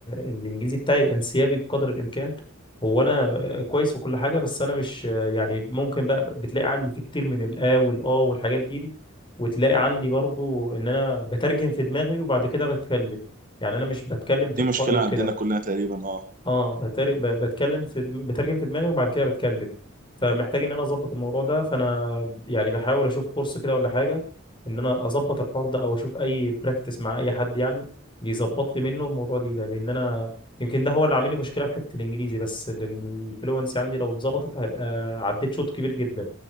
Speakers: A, on the left; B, on the right.
A: الانجليزي بتاعي يبقى انسيابي بقدر الامكان هو انا كويس وكل حاجه بس انا مش يعني ممكن بقى بتلاقي عندي فيه كتير من الا والا والحاجات دي, دي وتلاقي عندي برضو ان انا بترجم في دماغي وبعد كده بتكلم يعني انا مش بتكلم تلقائي
B: دي مشكله
A: وكده
B: عندنا كلنا تقريبا اه
A: اه بتر- ب- بتكلم في دم- بترجم في دماغي وبعد كده بتكلم فمحتاج ان انا اظبط الموضوع ده فانا يعني بحاول اشوف كورس كده ولا حاجه ان انا اظبط الحوار ده او اشوف اي براكتس مع اي حد يعني يظبط لي منه الموضوع دي ده لان انا يمكن ده هو اللي عامل لي مشكله في حته الانجليزي بس لان الفلونسي عندي لو اتظبطت هيبقى عديت شوط كبير جدا